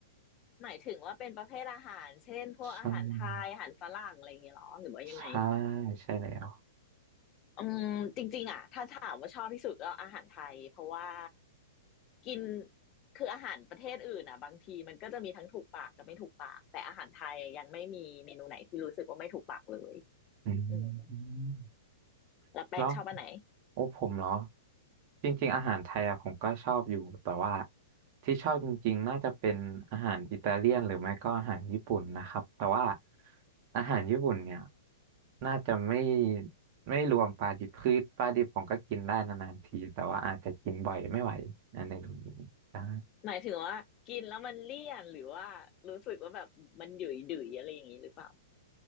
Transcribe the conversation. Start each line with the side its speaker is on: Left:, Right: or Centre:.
Left: หมายถึงว่าเป็นประเภทอาหารเช่นพวกอาหารไทยอาหารฝรั่งอะไรอย่างเงี้ยเหรอหรือว่ายังไง
Right: อืมใช่ใช่แล้ว
Left: อืมจริงๆอ่ะถ้าถามว่าชอบที่สุดก็อาหารไทยเพราะว่ากินคืออาหารประเทศอื่นอ่ะบางทีมันก็จะมีทั้งถูกปากกับไม่ถูกปากแต่อาหารไทยยังไม่มีเมนูไหนที่รู้สึกว่าไม่ถูกปากเลย
Right: อืม
Left: อืมแล้วแปงชอบอันไหน
Right: แล้วโอ้ผมเนาะจริงๆอาหารไทยอะผมก็ชอบอยู่แต่ว่าที่ชอบจริงๆน่าจะเป็นอาหารอิตาเลียนหรือไม่ก็อาหารญี่ปุ่นนะครับแต่ว่าอาหารญี่ปุ่นเนี่ยน่าจะไม่ไม่รวมปลาดิบคือปลาดิบผมก็กินได้นานๆทีแต่ว่าอาจจะกินบ่อยไม่ไหวอะไรอย่างนี้ได้
Left: หมายถึงว่ากินแล้วมันเลี่ยนหรือว่ารู้สึกว่าแบบมันหยุยดุยๆอะไรอย่างนี้หรือเปล่า